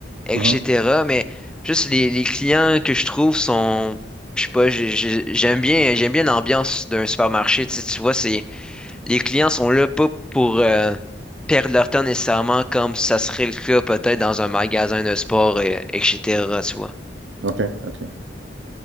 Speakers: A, in the centre; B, on the right.
A: etc.
B: Mhm.
A: Mais juste les, les clients que je trouve sont je sais pas, j'ai- j'ai- j'aime bien j'aime bien l'ambiance d'un supermarché. Tu sais, tu vois, c'est les clients sont là pas pour euh, perdre leur temps nécessairement comme ça serait le cas peut-être dans un magasin de sport, euh, etc. Tu vois.
B: Ok, ok,